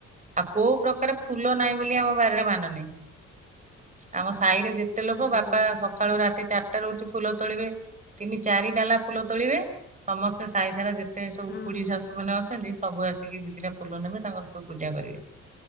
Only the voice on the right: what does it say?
ଆଉ କୋଉ ପ୍ରକାର ଫୁଲ ନାହିଁ ବୋଲି ଆମ ବାରିରେ ମାନେ ନାହିଁ ଆମ ସାହି ରେ ଯେତେ
ଲୋକ ବାପା
ସକାଳୁ ରା ରାତି ଚାରିଟାରୁ ଉଠି ଫୁଲ ତୋଳିବେ ତିନି ଚାରି ଡାଲା ଫୁଲ ତୋଳିବେ ସମସ୍ତେ ସାଇସାରା ଯେ ସବୁ
ଖୁଡ଼ୀ ଶାଶୁ ମାନେ ଅଛନ୍ତି। ସବୁ ଆସିକି ଦିଦିଟା ଫୁଲ ନେବେ ତାଙ୍କର ସବୁ ପୂଜା କରିବେ।